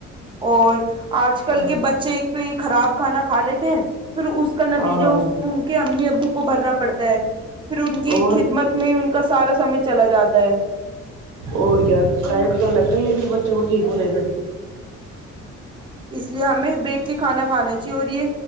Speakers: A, on the right (about 15°); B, on the right (about 80°).
A: اور اج کل
B: ہاں
A: کے بچے تو یہ خراب کھانا کھا لیتے ہیں۔۔۔ <inaudible> اس کا نتیجہ
B: ہاں ہاں
A: ان کے امی ابو کو۔۔۔ ۔۔ بھرنا پڑتا ہے۔ پھر ان کی
B: اور
A: خدمت میں ان کا سارا سمے چلا جاتا ہے۔
B: اور کیا ٹائم تو لگتا ہی ہے پھر بچوں کو ٹھیک ہونے میں۔
A: اس لیے ہمیں دیکھ کے کھانا کھانا۔۔۔ جو اور یہ